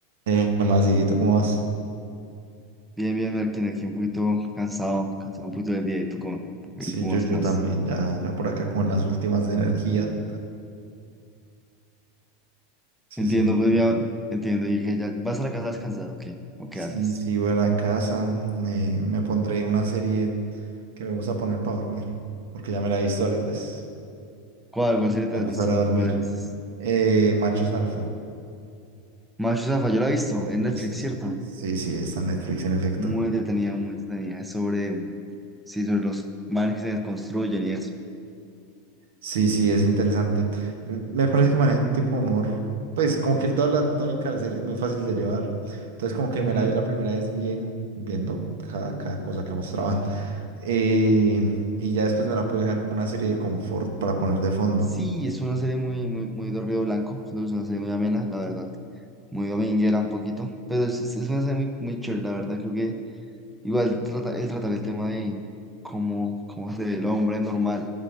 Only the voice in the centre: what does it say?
Bien, bien, Marquín, aquí un poquito cansado, cansado un poquito del día. ¿Y tú cómo, qué-
cómo
vas,
cómo vas?
Entiendo,
pues
ya, entiendo. Y dije, ya, ¿vas a la casa a descansar o qué? ¿O qué
haces?
¿Cuál, cuál
serie te has
visto
varias veces?
Macho Zaffa, yo la he visto
en Netflix,
¿cierto?
Muy entretenida, muy entretenida. Es sobre, sí, sobre los manes que se desconstruyen y eso.
Ujú.
Sí, es una serie muy, muy, muy de ruido blanco. Siento que Es una serie muy amena, la verdad. Muy dominguera un poquito. Pero es, es- es una serie muy, muy chévere, la verdad. Creo que Igual trata, el tratar el tema de cómo, cómo se ve el hombre normal